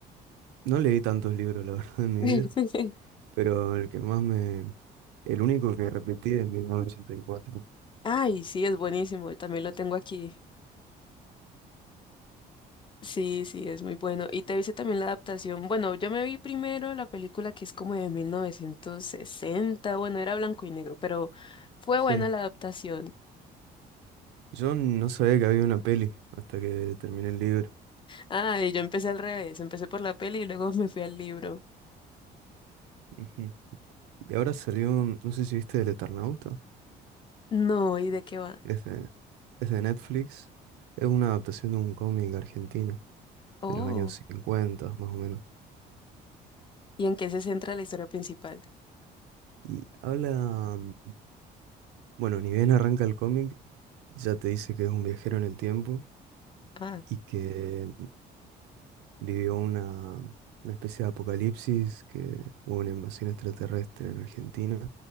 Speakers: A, on the right (about 80°); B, on the left (about 30°).
A: no leí tantos libros, la <laughs> verdad, en mi
B: <laughs>
A: vida, pero el que más me... El único que repetí es 1984.
B: Ay, sí, es buenísimo, también lo tengo aquí. Sí, sí, es muy bueno. Y te hice también la adaptación. Bueno, yo me vi primero la película que es como de 1960. bueno, era blanco y negro, pero fue
A: Sí,
B: buena la adaptación.
A: yo no sabía que había una peli hasta que terminé el libro.
B: Ah, y yo empecé al revés, empecé por la peli y luego <laughs> me fui al libro.
A: Ujú. Y ahora salió, no sé si viste El Eternauta,
B: No, ¿y de qué va?
A: es de, es de Netflix, es una adaptación de un cómic argentino
B: Oh.
A: de los años 50 más o menos.
B: ¿Y en qué se centra la historia principal?
A: Y habla, mm, bueno, ni bien arranca el cómic, ya te dice que es un viajero en el tiempo
B: Ah,
A: y que mm, vivió una, una especie de apocalipsis, que hubo una invasión extraterrestre en Argentina,